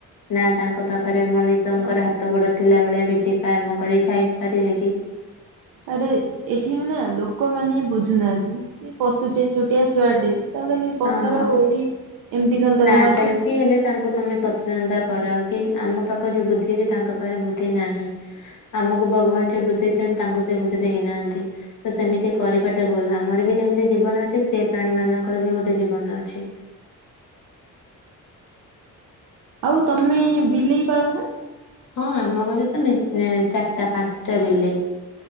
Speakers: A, on the left; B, on the right.
A: ନା ତାଙ୍କ ପାଖରେ ମଣିଷଙ୍କର
B: ହଁ।
A: ହାତ ଗୋଡ଼ ଥିଲା ଭଳିଆ କିଛି କାମ କରି ଖାଇ ପାରିବେ କି?
B: ଆରେ ଏଠି ମାନେ ଲୋକମାନେ ବୁଝୁନାହାନ୍ତି ଏ ପଶୁଟେ ଛୋଟିଆ ଛୁଆଟେ ତ ଖାଲି ପଥର
A: ହଁ
B: ଗୋଡ଼ି ଏମିତି ଖାଲି ତାକୁ
A: ନା
B: ମାରୁଛ
A: ସେମିତି ହେଲେ ତାଙ୍କୁ ତମେ ସଚେତନତା କରାଅ କି ଆମ ପାଖରେ ଯୋଉ ବୁଦ୍ଧି ଅଛି ତାଙ୍କ ପାଖରେ ବୁଦ୍ଧି ନାହିଁ ତା ଆମକୁ ଭଗବାନ ଯୋଉ ବୁଦ୍ଧ ଦେଇଛନ୍ତି ତାଙ୍କୁ ସେ ବୁଦ୍ଧି ଦେଇନାହାନ୍ତି। ତ ସେମିତି କରିବାଟା ଭୁଲ ଆମର ବି ଯେମିତି ଜୀବନ ଅଛି ସେ ପ୍ରାଣୀ ମାନଙ୍କର ବି ଗୋଟେ ଜୀବନ ଅଛି।
B: ଆଉ ତମେ ବିଲେଇ ପାଳ ନା?
A: ହଁ ଆମ ଘରେ ତ ନି ଚାରଟା ପାଞ୍ଚଟା ବିଲେଇ।